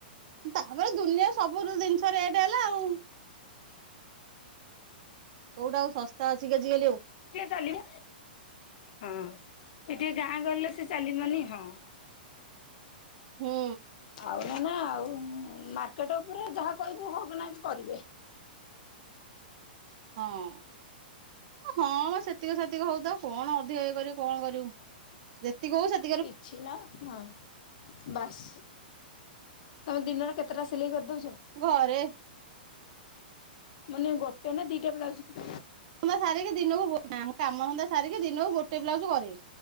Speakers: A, on the right; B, on the left.
A: ତାପରେ ଦୁନିଆ ସବୁ ଜିନିଷ ରେଟ ହେଲା ଆଉ କୋଉଟା ଆଉ ଶସ୍ତା ଅଛି କି ଆଜିିକାଲି ଆଉ
B: ଚାଲିବ। ହଁ ଏ ଟିକେ ଗାଁ ଗଲେ ସେ ଚାଲିବନି ହଁ।
A: ହୁଁ
B: ଆଉ ନା ନା ଆଉ ମାର୍କେଟ ଉପରେ ଯାହା କହିବୁ ହ କି ନା କରିବେ
A: ହଁ ହଁ ସେତିକି ସେତିକ ହଉ ତ କଣ ଅଧିକ ଇଏ କରିବ କଣ କରିବୁ ଯେତିକି ହଉ ସେକ
B: କିଛି ନା ହଁ ବାସ ତମେ ଦିନରେ କେତେଟା ସିଲେଇ କରିଦଉଛ?
A: ଘରେ
B: ମାନେ ଗୋଟେ ନା ଦିଟା ପ୍ଲାଜ
A: ତ ସାରିକି ଦିନକୁ କାମନ୍ା ସାରିକି ଦିନକୁ ଗୋଟେ ବ୍ଲାଉଜ କରେଇ।